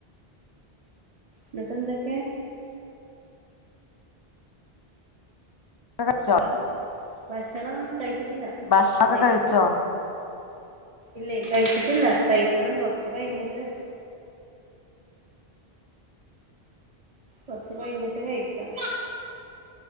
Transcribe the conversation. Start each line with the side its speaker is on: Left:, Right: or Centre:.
Right: ന്നിട്ട് എന്തൊക്കെ
Left: <unintelligible>
Right: ഹലോ ഭക്ഷണം കഴിച്ചിട്ടില്ല
Left: ഭക്ഷണൊക്കെ
Right: കഴിക്കണം
Left: കഴിച്ചോ
Right: ഇല്ലേ കഴിച്ചിട്ടില്ല കഴിക്കണം കൊറച്ച് കഴിഞ്ഞിട്ട് കുറച്ച് കഴിഞ്ഞിട്ട് കഴിക്ക